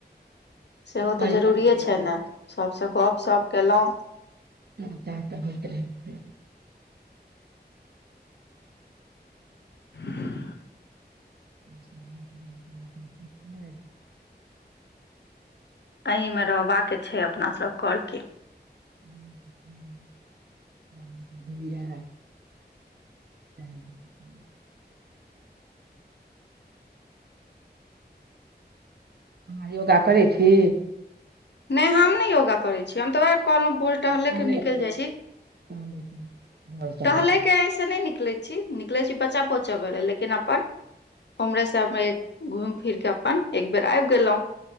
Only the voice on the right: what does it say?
बड़ी
काल फोन
पर
ह त त होत <unintelligible>
<inaudible>
<unintelligible> च् <unintelligible> अहाँ योगा करै छी
टहलै
छी
टहलै छी भोर साँझ